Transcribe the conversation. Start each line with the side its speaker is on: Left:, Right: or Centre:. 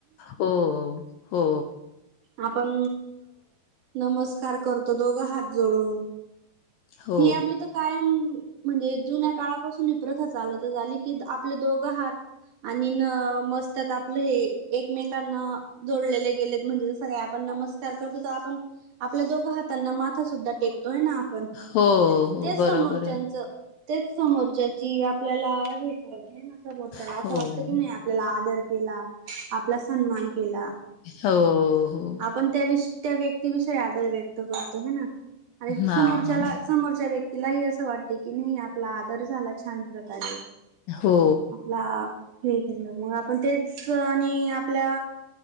Left: हो हो.
Right: आपण नमस्कार करतो दोघं हात जोळून-
Left: हो
Right: हे आपली तर कायम म्हणजे जुन्या काळापासून ही प्रथा चालत झाली की आपले दोघं हात. आणि न मस्तक आपलं हे एकमेकांना जोडलेले गेलेत, म्हणजे जस काही आपण नमस्कार करतो त आपण आपल्या दोघ हातांना माथा सुद्धा टेकतोय ना आपण
Left: हो हो
Right: तेच
Left: बरोबर
Right: समोरच्याच
Left: आहे
Right: तेच समोरच्याची आपल्याला हे कळते समोरच्याला
Left: हो
Right: असं वाटत की नाही आपल्याला आदर आपला सन्मान केला
Left: हो, हो.
Right: आपण त्या विष आपल्याला त्या व्यक्ती विषयी आदर व्यक्त करतो ह ना आणि
Left: हां.
Right: समोरच्याला समोरच्या व्यक्तीलाही असं वाटते की नाही आपला आदर झाला छान प्रकारे.
Left: हो.
Right: आपला हे केलं मग आपण तेच आणि आपल्या